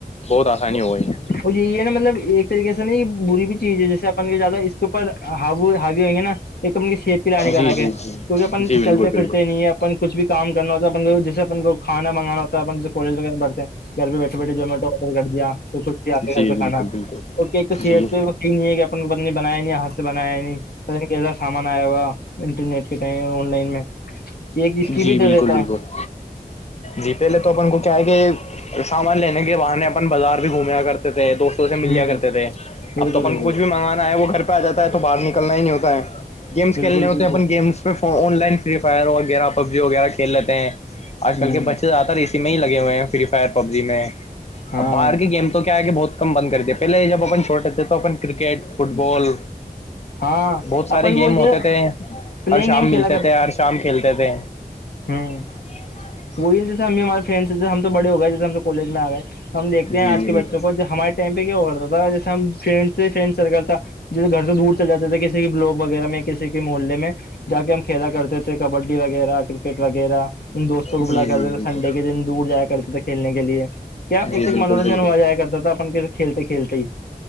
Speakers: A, on the left; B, on the left.
A: بہت آسانی
B: اور
A: ہو گئی ہے
B: یہ ہے نا مطلب ایک طریقے سے نا یہ بری بھی چیز ہے جیسے اپن کے جات مط اس کے اوپر ہاو ہاوی ہوئ گے نا ایک تو کی سحت کی لانی کا
A: جی
B: رکھ
A: جی
B: ہے
A: جی
B: کیونکہ اپن
A: جی بالکل
B: چلتے
A: بالکل
B: پھرتے نہیں ہے اپن کچھ بھی کام کرنا ہوتا ہے اپ کو جیسے اپن کو کھانانگانا ہوتا کالج وغیرہ بڑھ ہیں گھر پہ بیٹھے بیٹےمیٹو آڈر کر دیا تو کچھ آپ
A: جی
B: گھر پہ
A: بالکل
B: کھا توحت
A: بالکل جی
B: پہ وہ ف نہیں ہے کہ ات نے بنایا نہیں یہاں سے بنایا نہیں کیسا سامان آیا ہوا انٹرنیٹ کے ٹائم آن لائن میں کہ اسس کی
A: جی
B: بھی ڈر
A: بالکل
B: رہتا
A: بالکل
B: ہے
A: جی پے لے تو اپن کو کیا ہے کہ سامان لینے کے وہ نے اپن بازار بھی گھومے کرتے تھے دوستوں سے ملیا
B: ہ
A: کرتے تھے
B: بالکل
A: اب تو اپن
B: بالکل
A: کچھ بھی منگوانا ہے وہ گھر پہ آ جاتا ہے تو باہر نکلنا ہی نہیں ہوتا ہے گیمس
B: بالکل
A: کھیلنے ہوتے
B: بالکل
A: ہیں اپن games online free fire وغیرہ پبجی وغیرہ کھیل لیتے ہیں آج کل
B: ہ
A: کے بچے زیاہر اسی میں ہی لگ گ ہوئے ہیں فری فائر پب جی میں
B: ہاں
A: اب باہر کی گیم تو کیا ہے کہ بہت کم بند کر دیا پہلے جب اپ چھوٹے تھے تو اپن کرکٹ فٹ بال
B: ہاں
A: بہت سارے
B: اپن
A: گیم
B: وہ یہ
A: ہوتے تھے
B: پلینگ
A: ہر شام
B: گیم کھیلا
A: ملتے تھے ہر شام کھیلتے تھے
B: ہاں
A: <unintelligible>
B: وہی جیسے ہمارے فرینڈ جسے ہم تو بڑے ہو گئے جیسے ہمو کالج میں آ گئےے ہم دیکتے
A: جی
B: ہیں آج
A: جی
B: کے
A: بالکل
B: بچوں کو جو ہمارے ٹم پہ کیا ہو کرتا تھا جیس ہم فرینڈ تھ سے فرینڈ سرکل تھا جیسے گھر سے دور چل جاتے تھے کسی بلاک وغیرہ میں کسی کے محلے میں جا کے ہم کھیلا کرتے تھے کبڈی وغیرہ کرکٹ وغیرہ ان دوست
A: جی
B: بلا کرتے
A: جی
B: تھے
A: بالکل
B: سنڈے کے دن دور جایا کرتے تھے کھیلنے کے لیے کیا ایک
A: جی
B: توک
A: بالکل
B: منورنجن
A: بالکل
B: ہو جائے کرتا اپن کس کھیلتے کھیلتے ہی